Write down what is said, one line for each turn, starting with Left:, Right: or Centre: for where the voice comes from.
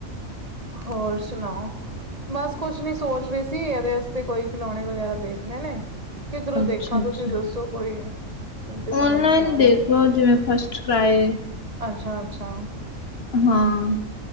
Right: ਹੋਰ ਸੁਣਾਓ ਬਸ ਕੁਛ ਨੀ ਸੋਚ ਰਹੀ ਸੀ ਇਹਦੇ ਵਸਤੇ ਕੋਈ ਖਿਲੋਣੇ ਵਗੈਰਾ ਦੇਖਨੇ ਕਿਧਰੋ
Left: ਅੱਛਾ
Right: ਦੇਖਾ ਤੁਸੀ
Left: ਅੱਛਾ
Right: ਦਸੋ ਦੋਸ਼ ਕੋਈ ਮੈਨੂੰ ਤੇ ਸਮਝ
Left: ਔਨਲਾਈਨ
Right: ਨਹੀ ਆ ਰਿਹਾ
Left: ਦੇਖ
Right: ਫਿਰ
Left: ਲਓ ਜਿਵੇਂ ਫਸਟ ਕਰਾਏ
Right: ਅਛਾ ਅਛਾ
Left: ਹਾਂ